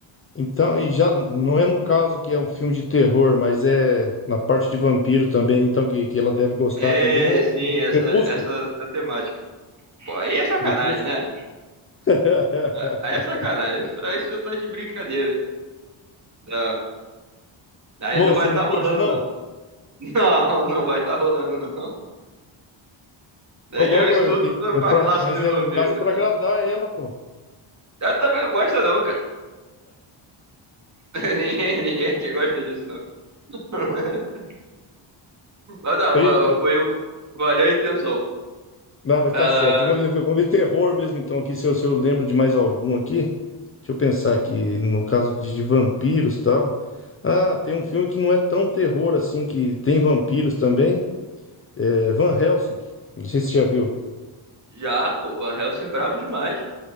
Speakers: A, on the left (about 25°); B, on the right (about 35°).
A: Então, e já
B: Tudo-
A: não é no caso que é um filme de terror, mas é na parte de vampiro também, então que, que ela deve gostar
B: É,
A: também é
B: sim, essa,
A: Crepúsculo.
B: essa, essa temática. Pô, aí é sacanagem,
A: Crepúsculo.
B: né?
A: <laughs>
B: Ah, Aí é sacanagem, aí aí você tá de brincadeira. Não, aí
A: Pô,
B: não
A: você
B: vai estar
A: não curte,
B: rolando,
A: não?
B: não. <laughs> Não, não vai estar rolando, não.
A: Ô, logo,
B: Eu estudo
A: mas tem-
B: pra
A: é
B: pra
A: pra-
B: classe
A: mas
B: dos
A: é,
B: vampiros,
A: no caso
B: coitado.
A: é pra agradar ela, pô.
B: Eu também não gosta não, cara. <laughs> Ninguém, ninguém aqui gosta disso, não. <laughs> Mas não,
A: Eita.
B: va- foi, o- valeu a intenção.
A: Não, mas
B: Ah,
A: tá certo. Vamos ver, vamos ver terror mesmo, então, aqui, se eu, se eu lembro de mais algum aqui. Deixa eu pensar aqui, no caso de, de vampiros e tal. Ah, tem um filme que não é tão terror assim, que tem vampiros também. É Van Helsing. Não sei se você já viu.
B: Já, pô, Van Helsing é brabo demais.